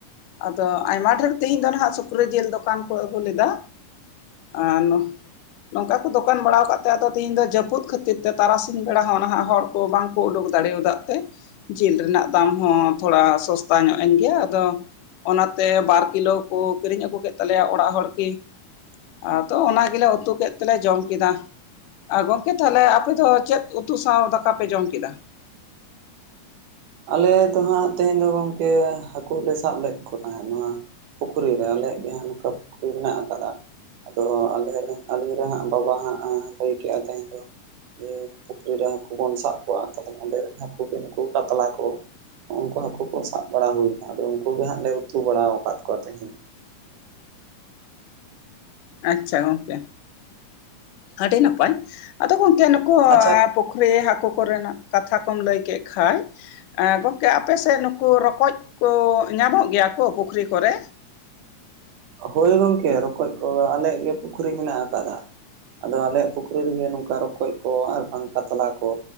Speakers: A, on the left (about 80°); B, on the right (about 75°).
A: ᱟᱫᱚ ᱟᱭᱢᱟ ᱰᱷᱮᱨ ᱛᱮᱦᱮᱧ ᱫᱚ ᱱᱟᱦᱟᱜ ᱥᱩᱠᱨᱤ ᱡᱮᱞ ᱫᱚᱠᱟᱱ ᱠᱚ ᱟᱹᱜᱩ ᱞᱮᱫᱟ ᱚ ᱱᱚᱝᱠᱟ ᱠᱚ ᱫᱚᱠᱟᱱ ᱵᱟᱲᱟ ᱟᱠᱟᱫ ᱛᱮ ᱟᱫᱚ ᱛᱤᱦᱤᱧ ᱫᱚ ᱡᱟᱹᱯᱩᱫ ᱠᱷᱟᱹᱛᱤᱨ ᱛᱮ ᱛᱟᱨᱟᱥᱤᱧ ᱵᱮᱲᱟ ᱦᱚᱸ ᱱᱟᱦᱟᱜ ᱦᱚᱲ ᱠᱚ ᱵᱟᱝᱠᱚ ᱩᱰᱩᱠ ᱫᱟᱲᱮ ᱭᱟᱫᱟᱜ ᱛᱮ ᱡᱮᱞ ᱨᱮᱱᱟᱜ ᱫᱟᱢ ᱦᱚᱸ ᱛᱷᱚᱲᱟ ᱥᱚᱥᱛᱟ ᱧᱚᱜ ᱮᱱ ᱜᱮᱭᱟ ᱟᱫᱚ ᱚᱱᱟᱛᱮ ᱵᱟᱨ ᱠᱤᱞᱳ ᱠᱚ ᱠᱤᱨᱤᱧ ᱟᱹᱜᱩ ᱠᱮᱫ ᱛᱟᱞᱮᱭᱟ ᱚᱲᱟᱜ ᱦᱚᱲ ᱠᱤ ᱟᱫᱚ ᱚᱱᱟ ᱜᱮᱞᱮ ᱩᱛᱩ ᱠᱮᱫ ᱛᱮᱞᱮ ᱡᱚᱢ ᱠᱮᱫᱟ ᱟ ᱜᱚᱝᱠᱮ ᱛᱟᱦᱚᱞᱮ ᱟᱯᱮ ᱫᱚ ᱪᱮᱫ ᱩᱛᱩ ᱥᱟᱶ ᱫᱟᱠᱟ ᱯᱮ ᱡᱚᱢ ᱠᱮᱫᱟ
B: ᱟᱞᱮ ᱫᱚ ᱦᱟᱸᱜ ᱛᱮᱦᱮᱧ ᱫᱚ ᱜᱚᱝᱠᱮ ᱦᱟᱹᱠᱩ ᱞᱮ ᱥᱟᱵ ᱞᱮᱫ ᱠᱚ ᱛᱟᱦᱮᱸᱱᱟ ᱯᱩᱠᱷᱨᱤ ᱨᱮ ᱟᱞᱮᱭᱟᱜ ᱜᱮ ᱱᱚᱝᱠᱟ ᱯᱩᱠᱷᱨᱤ ᱢᱮᱱᱟᱜ ᱠᱟᱫ ᱟ ᱟᱫᱚ ᱟᱞᱮ ᱟᱹᱞᱤᱧ ᱨᱮᱦᱟᱜ ᱵᱟᱵᱟ ᱦᱟᱸᱜ ᱞᱟᱹᱭ ᱠᱮᱫᱮᱜᱼᱟ ᱛᱟᱦᱮᱸᱧ ᱫᱚ ᱯᱩᱠᱷᱨᱤ ᱨᱮ ᱦᱟᱹᱠᱩ ᱵᱚᱱ ᱥᱟᱵ ᱠᱚᱣᱟ ᱛᱟᱦᱮᱞᱮ ᱠᱷᱟᱱ ᱫᱚ ᱦᱟᱹᱠᱩ ᱜᱮ ᱱᱩᱠᱩ ᱠᱟᱛᱞᱟ ᱩᱱᱠᱩ ᱦᱟᱹᱠᱩ ᱠᱚ ᱥᱟᱵ ᱵᱟᱲᱟ ᱦᱩᱭᱮᱱᱟ ᱟᱫᱚ ᱩᱱᱠᱩ ᱜᱮ ᱦᱟᱸᱜ ᱞᱮ ᱩᱛᱩ ᱵᱟᱲᱟ ᱟᱠᱟᱫ ᱠᱚᱣᱟ ᱛᱮᱦᱤᱧ
A: ᱟᱪᱪᱷᱟ ᱜᱚᱝᱠᱮ ᱟᱹᱰᱤ ᱱᱟᱯᱟᱭ ᱟᱫᱚ ᱜᱚᱝᱠᱮ ᱱᱩᱠᱩ
B: ᱟᱪᱪᱷᱟ
A: ᱮ ᱯᱷᱩ ᱨᱤ ᱦᱟᱹᱠᱩ ᱠᱚᱨᱮᱱᱟᱜ ᱠᱟᱛᱷᱟ ᱠᱚᱢ ᱞᱟᱹᱭ ᱠᱮᱫ ᱠᱷᱟᱡ ᱮ ᱜᱚᱝᱠᱮ ᱟᱯᱮᱥᱮᱫ ᱱᱩᱠᱩ ᱨᱚᱠᱚᱡ ᱠᱚ ᱧᱟᱢᱚᱜ ᱜᱮᱭᱟ ᱠᱚ ᱯᱩᱠᱷᱨᱤ ᱠᱚᱨᱮ
B: ᱦᱳᱭ ᱜᱚᱝᱠᱮ ᱨᱚᱠᱚᱡ ᱠᱚ ᱟᱞᱮᱭᱟᱜ ᱜᱮ ᱯᱩᱠᱷᱨᱤ ᱢᱮᱱᱟᱜ ᱟᱠᱟᱫᱟ ᱟᱫᱚ ᱟᱞᱮᱭᱟᱜ ᱯᱩᱠᱷᱨᱤ ᱨᱮᱜᱮ ᱱᱚᱝᱠᱟ ᱨᱚᱠᱚᱡ ᱠᱚ ᱟᱨ ᱵᱟᱝ ᱠᱟᱛᱞᱟ ᱠᱚ